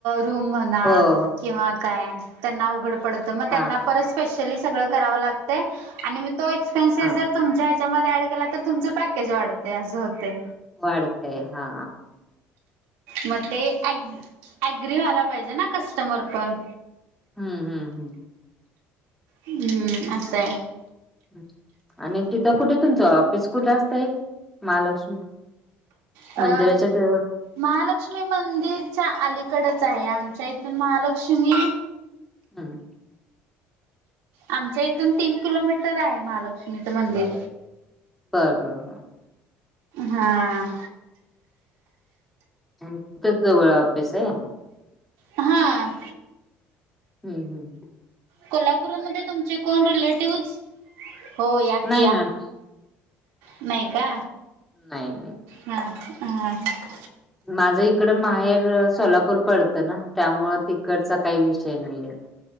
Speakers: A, on the right; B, in the centre.
A: रूम म्हणा
B: हो, हो.
A: किंवा काय त्यांना अवघड पडतं म
B: हां,
A: त्यांना
B: हां,
A: परत स्पेशली सगळं करावं लागतय आणि म तो एक्सपेन्सेस
B: हां.
A: जर तुमच्या ह्याच्यामध्ये ऍड केला तर तुमचं पॅकेज वाढत य आसं होतय.
B: वाढतय हा.
A: म ते ॲ ॲग्री व्हायला पाहिजे ना कस्टमर पण.
B: हुं, हुं, हुं,
A: हुं आस हाय.
B: हम्म आणि तिथं कुठे तुमचं ऑफिस कुठं असतय? महालक्ष्मी
A: अ
B: मंदिराच्या जवळ?
A: महालक्ष्मी मंदिरच्या अलीकडच आहे, आमच्या इथून महालक्ष्मी
B: हम्म
A: आमच्या इथून तीन किलोमीटर आहे महालक्ष्मीच मंदिर.
B: बरं बरं
A: हां.
B: आणि तिथंच जवळ ऑफिस आहे?
A: हां.
B: हुं, हुं,
A: कोल्हापुरामध्ये तुमची कोण रिलेटिव्हज? हो या
B: नाही
A: कि या.
B: ना, नाही.
A: नाही का?
B: नाही.
A: हा, हा, हा.
B: माझं इकडं माहेर सोलापूर पडतं ना, त्यामुळं तिकडचा काही विषय नाहीेये. <inaudible>